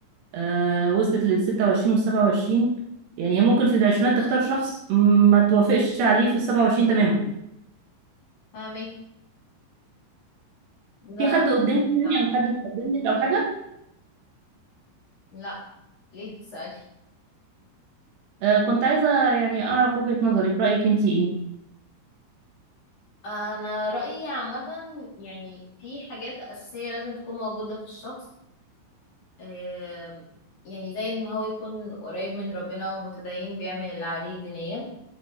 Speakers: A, on the right (about 65°); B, on the left (about 45°).
A: آه وصلت لل 26 وال 27 يعني هي ممكن في العشرينات تختار شخص ما توافقش عليه في ال 27 تماما
B: فاهمك ده
A: في حد قدامك يعني
B: عامه
A: او حد مقدم لك او حاجه
B: لا ليه بتسالي
A: آه كنت عايزه يعني اعرف وجهه نظرك رايك انت ايه
B: آه، انا رايي عامه يعني في حاجات اساسيه لازم تكون موجوده في الشخص آم، يعني زي ان هو يكون قريب من ربنا ومتدين بيعمل اللي عليه دينيا